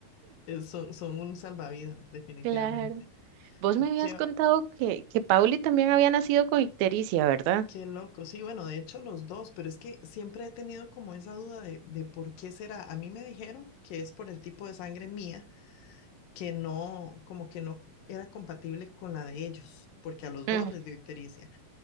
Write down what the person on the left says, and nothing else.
Es- Son, son un salvavidas, definitivamente.
Qué,
qué loco. Sí, bueno, de hecho los dos, pero es que siempre he tenido como esa duda de, de por qué será. A mí me dijeron que es por el tipo de sangre mía. que no, como que no era compatible con la de ellos, porque a los
dos les dio ictericia.